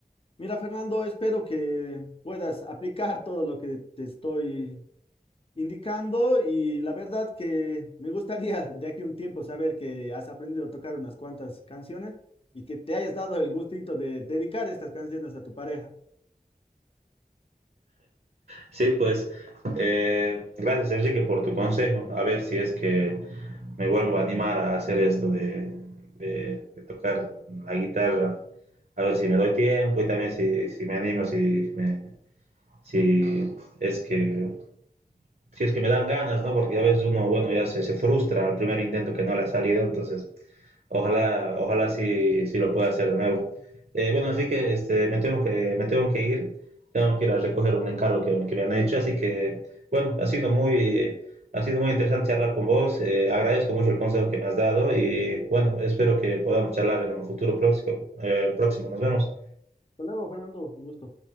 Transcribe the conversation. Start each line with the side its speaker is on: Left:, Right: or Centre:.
Left: Mira, Fernando, espero que puedas aplicar todo lo que te estoy indicando y la verdad que me gustaría <laughs> de aquí a un tiempo saber que has aprendido a tocar unas cuantas canciones y que te hayas dado el gustito de dedicar estas canciones a tu pareja.
Right: Sí, pues, eh, gracias Enrique por tu consejo. A ver si es que me vuelvo a animar a hacer esto de, de, de tocar la guitarra. A ver si me doy tiempo y también si, si me animo, si, me, si es que si es que me dan ganas, ¿no? Porque a veces uno, bueno, ya se, se frustra al primer intento que no le ha salido, entonces ojalá, ojalá sí, sí lo pueda hacer de nuevo. Eh, bueno, Enrique, este, me, tengo que, me tengo que ir, tengo que ir a recoger un encargo que, que me han hecho, así que, bueno, ha sido muy, ha sido muy interesante charlar con vos, eh, agradezco mucho el consejo que me has dado y, bueno, espero que podamos charlar en un futuro próximo, eh, próximo. nos vemos.
Left: Hasta luego, Fernando, un gusto.